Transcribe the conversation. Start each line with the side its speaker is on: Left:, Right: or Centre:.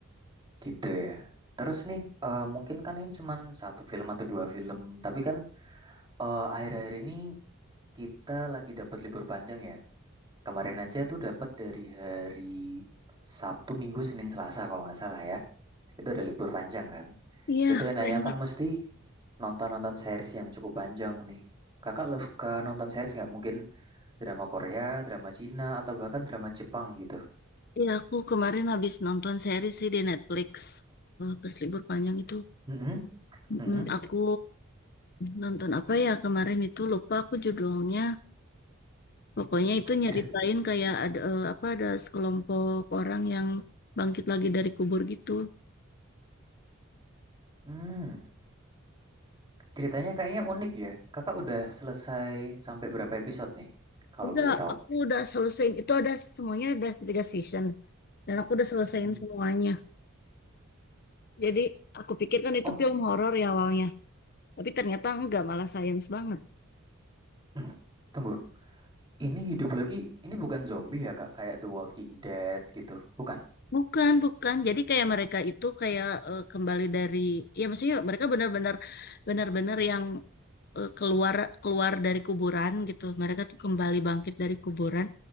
Right: gitu ya. Terus nih, eee, mungkin kan ini cuman satu film atau 2 film, tapi kan Eh, akhir-akhir ini kita lagi dapat libur panjang ya. Kemarin aja tuh dapat dari hari Sabtu, Minggu, Senin, Selasa kalau nggak salah ya. Itu ada libur panjang kan.
Left: Iya
Right: Itu enaknya
Left: banyak.
Right: kan mesti nonton-nonton series yang cukup panjang nih. Kakak lo suka nonton series nggak? Mungkin drama Korea, drama Cina, atau bahkan drama Jepang gitu.
Left: Iya aku kemarin habis nonton series sih di Netflix. Eh, Pas libur panjang itu.
Right: Mm-mm,
Left: Mm,
Right: mm-mm.
Left: aku nonton apa ya kemarin itu lupa aku judulnya. Pokoknya itu nyeritain
Right: Cerit-
Left: kayak ada eh, apa ada sekelompok orang yang bangkit lagi dari kubur gitu.
Right: Hmm, ceritanya kayaknya unik ya. Kakak udah selesai sampai berapa episode nih? Kalau
Left: Udah,
Right: boleh tahu.
Left: aku udah selesaiin itu ada semuanya ada tiga season dan aku udah selesaiin
Right: Mm-mm.
Left: semuanya. Jadi aku pikir kan itu
Right: Oh,
Left: film horor ya awalnya, tapi ternyata enggak malah science banget.
Right: mm, tunggu. Ini hidup lagi, ini bukan zombie ya Kak, kayak The Walking Dead gitu, bukan?
Left: Bukan, bukan. Jadi kayak mereka itu kayak eh, kembali dari ya maksudnya mereka benar-benar benar-benar yang eh, keluar keluar dari kuburan gitu. Mereka tuh kembali bangkit dari kuburan,